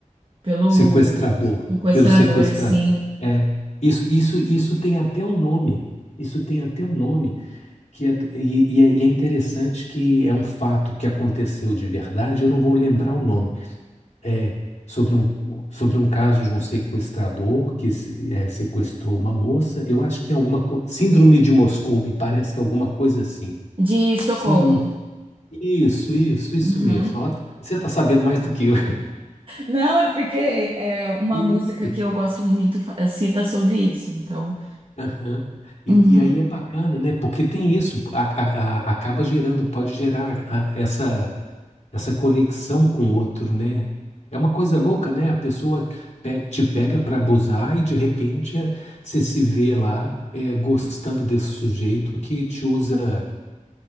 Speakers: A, on the right; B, on the left.
A: pelo
B: Sequestrador,
A: sequestrador,
B: pelo sequestrador.
A: sim.
B: É, isso, isso, isso tem até um nome. Isso tem até um nome que é, e, e é, e é interessante que é um fato que aconteceu de verdade. Eu não vou lembrar o nome. É sobre um, sobre um caso de um sequestrador que se- é, sequestrou uma moça. Eu acho que tem alguma coisa. Síndrome de Moscou, me parece que é alguma coisa assim.
A: De Estocolmo.
B: Síndrome. Isso, isso, isso
A: Uhum.
B: mesmo. Ó, você está sabendo mais do que eu.
A: Não, é porque é uma
B: <laughs> Isso.
A: música que eu gosto muito, fa- cita sobre isso. Então,
B: Aham. E,
A: uhum.
B: e aí é bacana, né? Porque tem isso, a- a- a- acaba gerando, pode gerar a- essa, essa conexão com o outro, né? É uma coisa louca, né? A pessoa pe- te pega para abusar e de repente é, você se vê lá é, gostando desse sujeito que te usa,